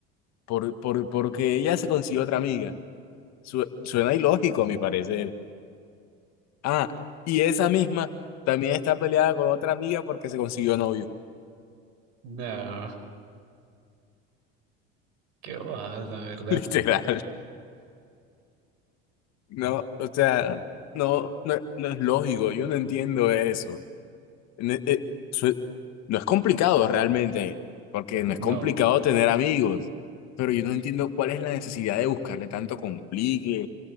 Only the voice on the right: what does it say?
No, qué bobada, la verdad.
No.